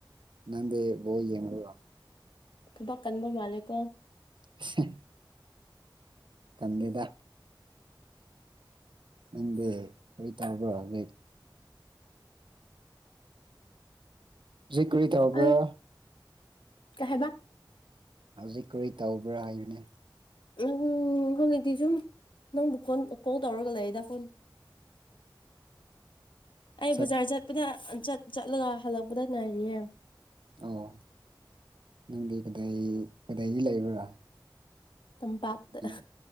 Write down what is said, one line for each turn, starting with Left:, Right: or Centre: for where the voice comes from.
Right: ꯅꯪꯗꯤ ꯕꫭꯜ ꯌꯦꯡꯕ꯭ꯔꫭ
Left: ꯊꯕꯛ ꯀꯟꯕ ꯃꯥꯜꯂꯦꯀꯣ
Right: <unintelligible> ꯀꯟꯕꯤꯗ ꯅꯪꯗꯤ ꯀꯔꯤ ꯇꯧꯕ꯭ꯔꯥ ꯫ ꯍꯧꯖꯤꯛ ꯀꯔꯤ ꯇꯧꯕ꯭ꯔꯥ
Left: ꯑꯩ ꯀꯩꯍꯥꯏꯕ
Right: ꯍꯧꯖꯤꯛ ꯀꯨꯔꯤ ꯇꯧꯕ꯭ꯔꯥ ꯍꯥꯏꯕꯅꯦ
Left: ꯎꯝ ꯍꯧꯖꯤꯛꯇꯤ ꯁꯨꯝ ꯅꯪꯕꯨ ꯀꯣꯟ ꯀꯣꯜ ꯇꯧꯔꯒ ꯂꯩꯗ ꯐꯣꯟ ꯑꯩ
Right: ꯁꯛ
Left: ꯕꯖꯥꯔ ꯆꯠꯄꯗ ꯆꯠ ꯆꯠꯂꯒ ꯍꯜꯂꯛꯄꯗ ꯉꯥꯏꯔꯤꯌꯦ
Right: ꯑꯣ ꯅꯪꯗꯤ ꯀꯗꯥꯏ ꯀꯗꯥꯏꯗ ꯂꯩꯕ꯭ꯔꯥ
Left: ꯇꯝꯄꯥꯛꯇ
Right: ꯅꯪ